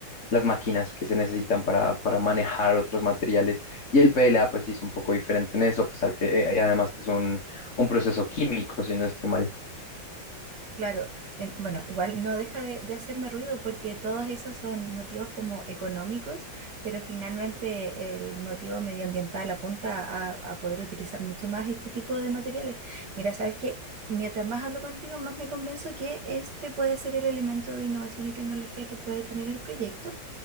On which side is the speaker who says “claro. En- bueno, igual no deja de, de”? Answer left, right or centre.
Right